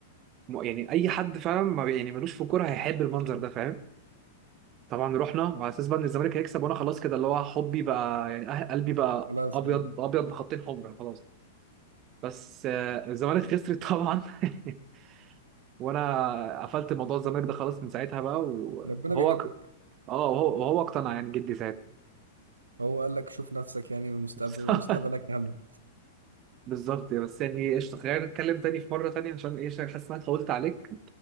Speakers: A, on the right; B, on the right.
A: م- يعني اي حد فعلا ما بي- يعني ملوش في الكوره هيحب المنظر ده فاهم طبعا رحنا وعلى اساس بقى ان الزمالك هيكسب وانا خلاص كده اللي هو حبي بقى يعني أه- قلبي بقى
B: خلاص
A: ابيض
B: آه.
A: ابيض بخطين حمر خلاص بس آه الزمالك خسرت طبعا <laughs> وانا قفلت موضوع الزمالك ده خلاص من ساعتها بقى وهو
B: ربنا بيحبك
A: ك- اه وهو وهو اقتنع يعني جدي ساعتها
B: هو قال لك شوف نفسك يعني مستقبل
A: <laughs>
B: مستقبلك اهم
A: بالظبط بس يعني قشطه خلينا نتكلم تاني في مره تانيه عشان ايه عشان حاسس ان انا اتطولت عليك